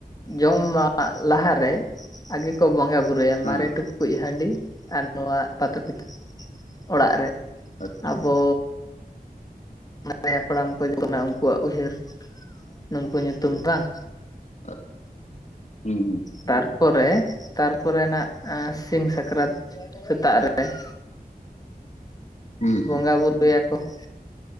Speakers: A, on the left; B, on the left.
A: ᱡᱚᱢ ᱢᱟ ᱟᱜ ᱞᱟᱦᱟᱨᱮ, ᱟᱜᱮ ᱠᱚ, ᱵᱚᱸᱜᱟ ᱵᱩᱨᱩᱭᱟ ᱾
B: ᱦᱮᱸ
A: ᱢᱟᱨᱮ ᱴᱩᱠᱩ ᱠᱩᱡ ᱦᱟᱺᱰᱤ, ᱟᱨ ᱱᱚᱣᱟ ᱯᱟᱛᱟ ᱯᱤᱴᱷᱟᱹ, ᱚᱲᱟᱜ ᱨᱮ ᱾
B: ᱟᱪᱪᱷᱟ ᱾
A: ᱳᱻ ᱾ <unintelligible> ᱢᱟᱨᱮ ᱦᱟᱯᱲᱟᱢ ᱠᱚ, ᱡᱚᱛᱚ <unintelligible> ᱢᱮᱱᱟ ᱩᱱᱠᱩᱣᱟᱜ ᱩᱭᱦᱟᱹᱨ, ᱱᱩᱠᱩ ᱧᱩᱛᱩᱢ ᱴᱟᱝ
B: ᱟᱫ, ᱭᱩᱸᱼᱦᱩᱸ ᱾
A: ᱛᱟᱨᱯᱚᱨᱮ, ᱛᱟᱨᱯᱚᱨᱮ ᱱᱟᱜ, ᱥᱤᱢ ᱥᱟᱠᱨᱟᱸᱛ ᱥᱮᱛᱟᱜ ᱨᱮ ᱾
B: ᱦᱩᱸ ᱦᱩᱸ
A: ᱵᱚᱸᱜᱟ ᱵᱩᱨᱩ ᱭᱟᱠᱚ ᱾